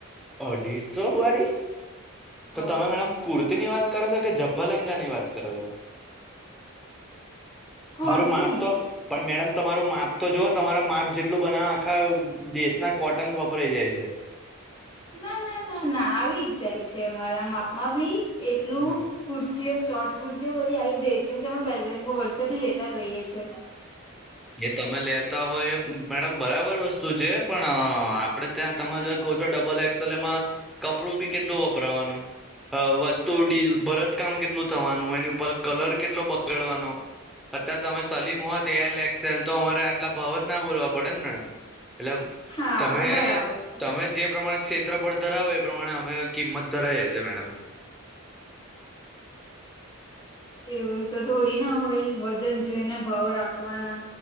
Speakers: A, in the centre; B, on the left.
A: અઢીસો વાળી. તો
B: હા
A: તમે મેડમ કુર્તી ની વાત કરો છો કે જભા લેંગા ની વાત કરો છો.
B: કુર્તીની
A: તમારું માપ તો
B: જ
A: પણ મેડમ તમારું માપ તો જુઓ તમારા માપ જેટલું બનાવા આખા દેશના કોટન વપરાઈ જાય છે.
B: ના ના ના ના આવી જ જાય છે અમારા માપમાં ભી એટલું
A: હા
B: કુર્તીઓ શોર્ટ કુર્તીઓ બધી આવી જઈશ કેમ કે અમે પહેલા વર્ષોથી લેતા જ રઈએ છીએ.
A: જે તમે લેતા હોય એ મેડમ બરાબર વસ્તુ તું છે પણ આપડે ત્યાં તમે જો કહો છો ડબલ એક્સલ એમાં કપડું બી કેટલું વપરાવાનું વસ્તુ ભરત કામ કેટલું થવાનું એની ઉપર કલર કેટલો બગાડવાનો અત્યારે તમે સલીમ હોત એલ એક્સેલ તો અમારે આટલા ભાવ જ ના બોલવા પડે ને મેડમ એટલે
B: હા
A: તમે
B: બરાબર છે
A: તમે જે પ્રમાણે ક્ષેત્રફળ ધરાવો એ પ્રમાણે અમે કિંમત ધરાય છીએ મેડમ.
B: એવું તો થોડી ના હોય વજન જોઈને ભાવ રાખવાના.